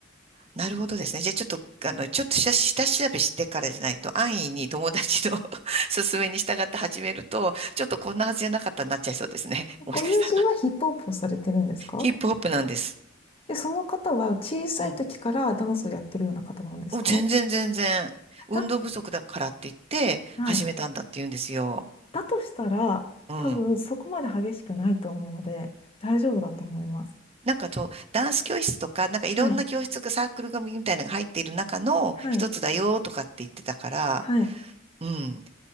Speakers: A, on the right; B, on the left.
A: なるほどですね。じゃあちょっと、あの、ちょっと下、下調べしてからじゃないと、安易に友達の <laughs> 勧めに従って始めると、ちょっとこんなはずじゃなかったになっちゃいそうですね。<laughs> もしかしたら。
B: ご友人はヒップホップをされてるんですか
A: ヒップホップなんです。
B: で、その方は小さい時からダンスをやってるような方なんですか
A: うん。お、全然全然。運動不足だからって言って、
B: だっ、はい。
A: 始めたんだって言うんですよ。
B: だとしたら、
A: うん。
B: 多分そこまで激しくないと思うので、大丈夫だと思います。
A: なんかそう、ダンス教室とか、なんかいろんな教室がサークル組みたいなのが入っている中の一つだよとかって言ってたから、
B: はい。はい。はい。
A: うん。